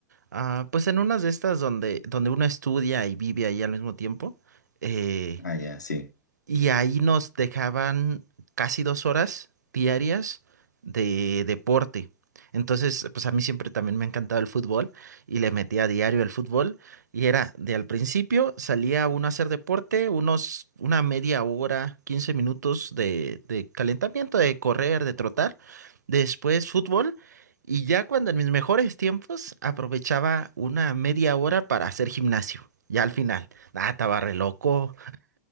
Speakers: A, on the right; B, on the left.
A: ah, pues en unas de estas donde, donde uno estudia y vive ahí al mismo tiempo, eh,
B: Ah, ya, sí.
A: Y ahí nos dejaban casi dos horas diarias de deporte. Entonces, pues a mí siempre también me ha encantado el fútbol y le metía a diario el fútbol. Y era de al principio salía uno a hacer deporte, unos, una media hora, 15 minutos de, de calentamiento, de correr, de trotar. Después fútbol. Y ya cuando en mis mejores tiempos aprovechaba una media hora para hacer gimnasio. Ya al final, nada, estaba re loco.